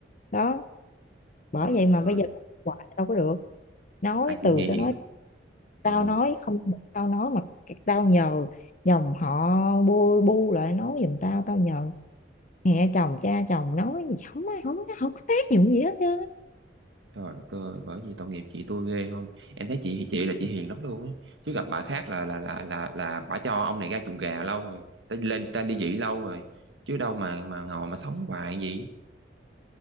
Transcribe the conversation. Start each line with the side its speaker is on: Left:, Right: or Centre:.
Left: đó bởi
Right: trời
Left: vậy
Right: đất
Left: mà
Right: ơi
Left: bây giờ hoài đâu có được nói
Right: tại chị
Left: từ
Right: hiền
Left: tao nói
Right: á. ừ
Left: tao nói không một câu nói mà tao nhờ dòng họ bu bu lại nói giùm tao tao nhờ mẹ chồng cha chồng nói gì không ai không không có tác dụng gì hết chứ
Right: trời đất ơi bởi vì tội nghiệp chị tôi ghê không em thấy chị thì chị là chị hiền lắm luôn á chứ gặp bà khác là là là là là bà cho ông này ra chuồng gà lâu rồi ta lên ta ly dị lâu rồi chứ đâu mà mà ngồi mà sống hoài vậy